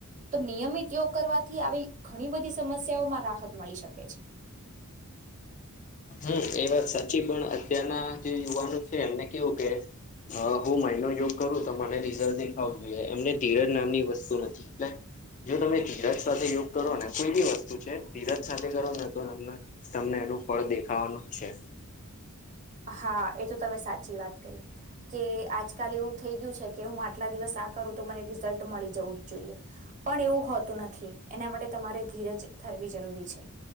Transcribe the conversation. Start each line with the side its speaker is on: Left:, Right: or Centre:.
Right: તો નિયમિત યોગ કરવાથી આવી ઘણી બધી સમસ્યાઓમાં રાહત મળી શકે છે.
Left: હમ, એ વાત સાચી, પણ અત્યારના જે યુવાનો છે એમને કેવું કે હું માઈન્ડનો યોગ કરું તો મને રિઝલ્ટ દેખાવો જોઈએ. એમને ધીરજ નામની વસ્તુ નથી. એ. જો તમે ધીરજ સાથે યોગ કરો ને, કોઈ બી વસ્તુ છે ધીરજ સાથે કરો ને, તો તમને તમને એનું ફળ દેખાવાનું જ છે.
Right: હા, એ તો તમે સાચી વાત કરી. કે આજકાલ એવું થઈ ગયું છે કે, હું આટલા દિવસ આ કરું તો મને રિઝલ્ટ મળી જવું જ જોઈએ. પણ એવું હોતું નથી, એના માટે તમારે ધીરજ ધરવી જરૂરી છે.